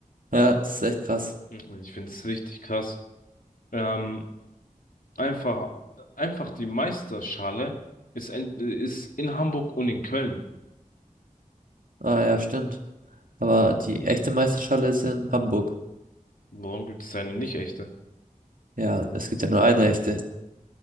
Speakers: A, on the right; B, on the left.
A: ja, das ist echt krass.
B: Ich find's richtig krass. Ähm, Einfach, einfach die Meisterschale ist, in- ist in Hamburg und in Köln.
A: Ah ja, stimmt. Aber die echte Meisterschale ist in Hamburg.
B: Warum gibt es eine nicht echte?
A: Ja, es gibt ja nur eine echte.